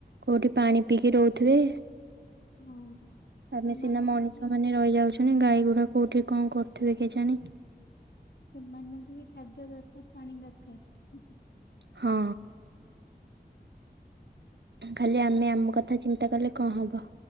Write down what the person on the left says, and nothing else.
ହଁ।
ସେମାନଙ୍କୁ
ବି
ସେମାନଙ୍କୁ ବି ଖାଦ୍ୟ ଦରକାର ପାଣି ଦରକାର।